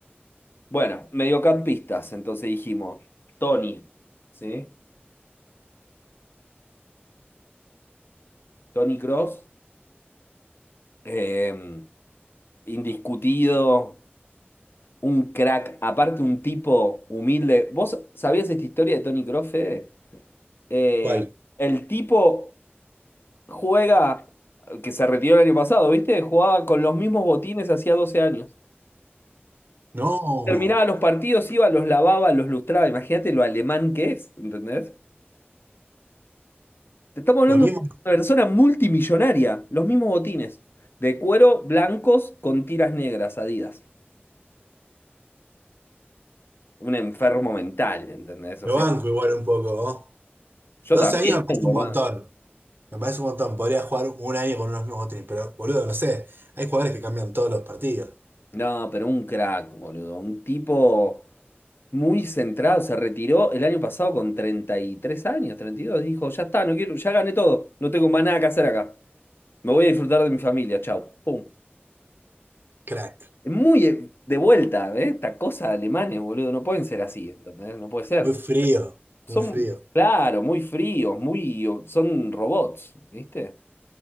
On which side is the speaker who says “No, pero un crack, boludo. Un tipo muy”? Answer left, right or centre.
Left